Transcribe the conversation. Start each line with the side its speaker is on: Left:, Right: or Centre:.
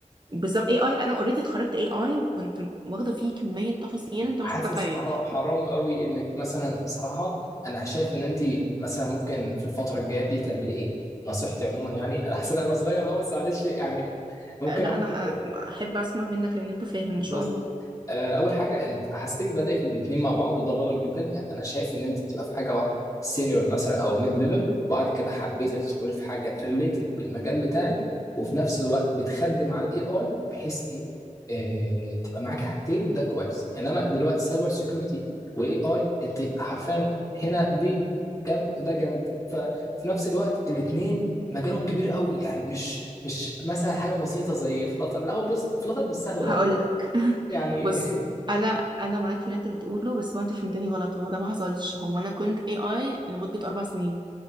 Right: بالظبط اي اي لا انا اوريدي اتخرجت اي اي وكنت واخده فيه كميه تفاصيل انت
Left: حاسس
Right: مش متخيل
Left: حر- حرام قوي انك مثلا صراحه انا شايف ان انت مثلا ممكن في الفتره الجايه دي تعملي ايه نصيحتي عموما يعني انا حاسس إن انا صغير اه بس معلش يعني ممكن
Right: آه، لا
Left: اقول
Right: انا
Left: لك
Right: احب اسمع منك لان انت فاهم
Left: <laughs>
Right: ما شاء الله
Left: آه، اول حاجه انت حاسسك بادئ في الاثنين مع بعض وده غلط جدا يعني انا شايف ان انت تبقى في حاجه واحده سينيور مثلا او ميد ليفل وبعد كده حبيتي تدخلي في حاجه ريليتد بالمجال بتاعك وفي نفس الوقت بتخدم على الاي اي بحيث ايه آه، تبقى معاكي حاجتين ده كويس انما دلوقتي سايبر سيكيورتي واي اي انت حرفيا هنا دي جنب وده جنب ففي نفس الوقت الاثنين مجالهم كبير قوي يعني مش مش مثلا حاجه بسيطه زي فلاتر لا هو بص فلاتر مش سهل برضه
Right: هقول لك <laughs>
Left: يعني
Right: بص
Left: <laughs>
Right: انا انا معاك في اللي انت بتقوله بس هو انت فهمتني غلط هو ده ما حصلش هو انا كنت اي اي لمده اربع سنين